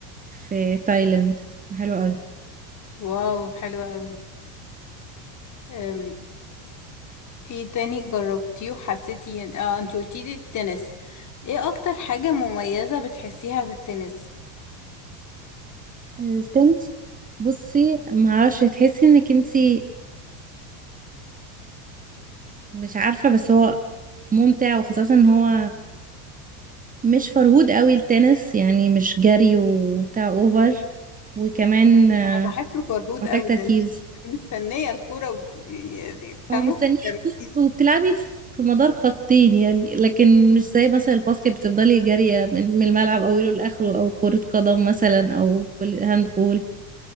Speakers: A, on the right; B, on the left.
A: في تايلاند حلو قوي
B: واو حلو قوي أم، ايه تاني جربتيه وحسيتي إن- اه انتي قلتي لي التنس ايه اكتر حاجة مميزة بتحسيها في التنس
A: التنس بصي ما اعرفش تحسي انك انتي مش عارفه بس هو ممتع وخاصه ان هو مش فرهود قوي التنس يعني مش جري وبتاع اوفر وكمان آه،
B: انا بحسه فرهود
A: محتاج
B: قوي
A: تركيز
B: ده انتي بتبقي مستنية الكورة وبتبقي يعني فاهمة
A: هو مستنيه
B: تركيز
A: كورة وبتلعبي في في مدار خطين يعني لكن مش زي مثلا الباسكت بتفضلي جارية من من الملعب اوله لاخره او كرة قدم مثلا او كل هاند بول